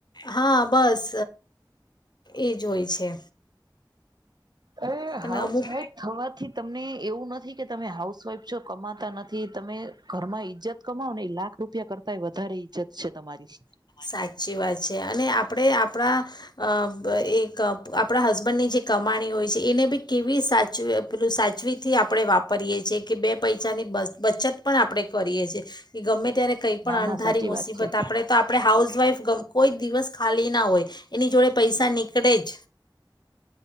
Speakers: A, on the left (about 60°); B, on the right (about 60°).
A: હા બસ. એ જો હોય છે.
B: અ
A: તમે
B: હાઉસવાઈફ
A: અમુક
B: થવાથી તમને એવું નથી કે તમે હાઉસવાઈફ જો કમાતા નથી. થી તમે ઘરમાં ઈજ્જત કમાવો ને લાખ રૂપિયા કર કય વધારે ઈજ્જત છે. તમારી
A: સાચી વાત છે અને આપ પણે આપણા અ પ એક આપણા હસબન્ડની જે કમાણી હોય છે એને બી કેવી સાચવી પેલું સાચવીથી આપણે વાપરીએ છીએ કે બે પૈસાની બ બચત પણ આપણે કરીએ છીએ કે ગમે ત્યારે કંઈ પણ
B: ના
A: અણંધારી
B: ના સાચી
A: મુસીબત
B: વાત છે
A: આપણે હાઉસવાઇફ ક કોઈ દિવસ ખાલી ના હોય એની જોડે પૈસા નીકળેજ.